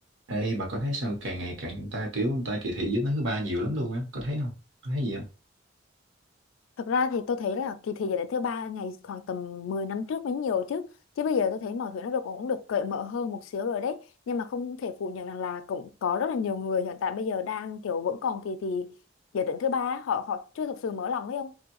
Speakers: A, on the right; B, on the left.
A: Ê, bà có thấy sao càng ngày càng người ta kiểu người ta kỳ thị giới tính thứ ba nhiều lắm luôn á, có thấy không? Có thấy gì không?
B: thực ra thì tôi thấy là kỳ thi giải đệ thứ ba ngày khoảng tầm 10 năm trước mới nhiều chứ chứ bây giờ tôi thấy mọi thứ nó được cũng được cởi mở hơn một xíu rồi đấy nhưng mà không thể phủ nhận rằng là cũng có rất là nhiều người hiện tại bây giờ đang kiểu vẫn còn kỳ thi giải đệ thứ ba họ họ chưa thực sự mở lòng ấy không